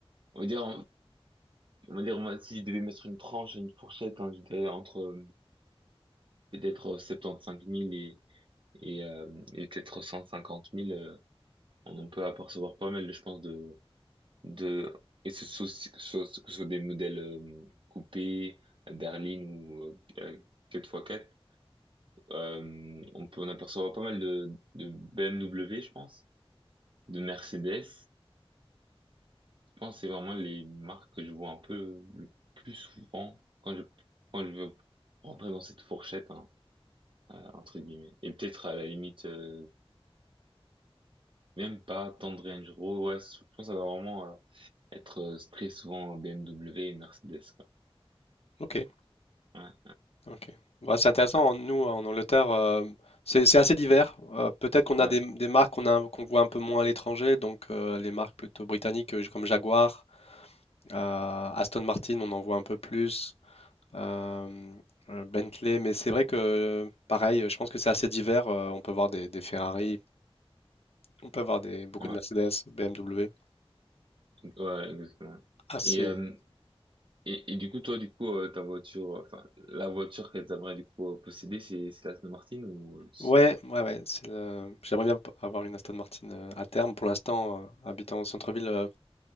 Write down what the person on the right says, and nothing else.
on va dire, on va dire, moi, si je devais mettre une tranche, et une fourchette, hein, je dirais entre euh, peut-être 75 000 et et, euh, et peut-être 150 000. On peut apercevoir pas mal, je pense, de, de, et ce, ce, ce- ce- soit, que ce soit des modèles euh, coupés, berline ou euh, 4x4, euh, on peut en apercevoir pas mal de, de BMW, je pense, de Mercedes. Je pense que c'est vraiment les marques que je vois un peu le plus souvent quand je, quand je veux rentrer dans cette fourchette, hein, euh, entre guillemets. Et peut-être à la limite euh, Même pas tendre Range Rover. Ouais, je pense que ça va vraiment euh, être euh, très souvent BMW et Mercedes. quoi.
Ouais,
ouais,
ouais,
ouais,
ouais, exactement.
Et, euh, et, et du coup, toi, du coup, euh, ta voiture, euh, enfin, la voiture qu'elle t'aimerait du coup euh, posséder, c'est c'est la Aston Martin ou... euh, c'est-